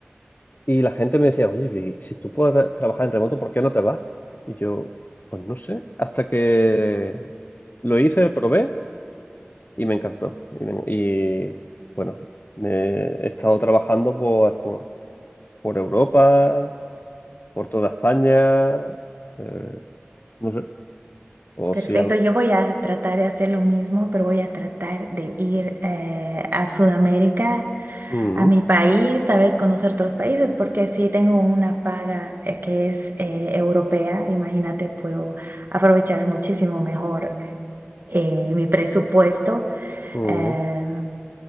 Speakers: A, on the left (about 50°); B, on the right (about 55°).
A: Y la gente me decía, oye, y si tú puedes ver- trabajar en remoto, ¿por qué no te vas? Y yo, pues no sé, hasta que lo hice, probé y me encantó. Y, me- y, bueno, me he estado trabajando pues, por, por Europa, por toda España, eh, no sé,
B: <laughs>
A: o
B: Perfecto,
A: si algo...
B: yo voy a tratar de hacer lo mismo, pero voy a tratar de ir eh, a Sudamérica
A: Mm,
B: a mi país, tal vez conocer otros países, porque sí tengo una paga eh, que es eh, europea, imagínate, puedo aprovechar muchísimo mejor eh, mi presupuesto.
A: mm.
B: eh,